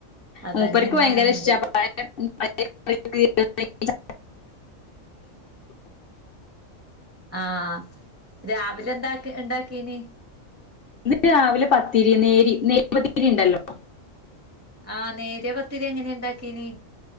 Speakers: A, on the right (about 20°); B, on the left (about 55°).
A: അതങ്ങനെയാണ്
B: മൂപ്പർക്ക് ബയങ്കര ഇഷ്ടാ
A: എന്റത്
B: പറ <unintelligible>
A: ആഹ് രാവിലെ എന്താക്കി ഇണ്ടാക്കീന്
B: ഇന്ന് രാവിലെ പത്തിരി നേരി നോയ് പത്തിരി ഇണ്ടല്ലോ
A: ആഹ് നേര്യ പത്തിരി എങ്ങനെ ഉണ്ടാക്കീന്